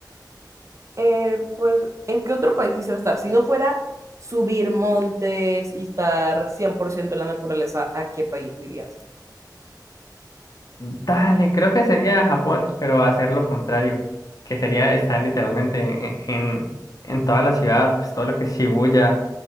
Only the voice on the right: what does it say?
Eh, pues, ¿en qué otro país quisiera estar? Si no fuera subir montes y estar 100% en la naturaleza, ¿a qué país dirías?